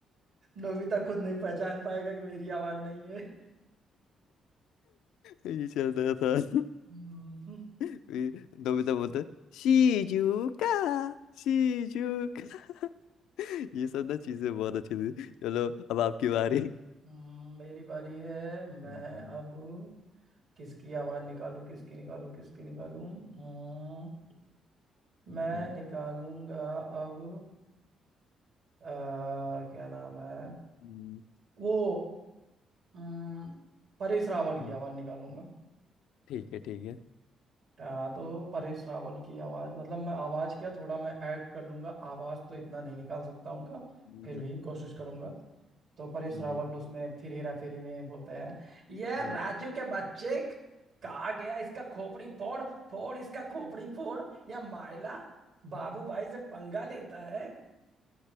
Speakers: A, on the right; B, on the left.
A: नोबिता खुद नहीं पहचान पाएगा कि मेरी आवाज नहीं है
B: ये चलता था <laughs>
A: हम्म, हम्म,
B: फिर नोबिता बोलता शिजुका शिजुका ये सब ना चीजें बहुत अच्छी थी चलो अब आपकी बारी
A: हम्म, मेरी बारी है मैं
B: हम्म,
A: अब किसकी आवाज निकालूं किसकी निकालूं किसकी निकालूं हम्म, मैं
B: हम्म,
A: निकालूंगा अब आ, क्या नाम है
B: हम्म,
A: वो हम्म, परेश रावल
B: हम्म,
A: की आवाज निकालूंगा
B: ठीक है ठीक है <laughs>
A: आ, तो परेश रावल की आवाज मतलब मैं आवाज क्या थोड़ा मैं एक्ट कर लूंगा आवाज तो इतना नहीं निकाल सकता उनका
B: हम्म,
A: फिर भी कोशिश करूंगा तो परेश
B: हम्म,
A: रावल उसमें फिर हेरा फेरी में बोलते हैं ये
B: हम्म।
A: राजू के बच्चे कहा गया इसका खोपड़ी फोड़ फोड़ इसका खोपड़ी फोड़ या माइला बाबू भाई से पंगा लेता है <laughs>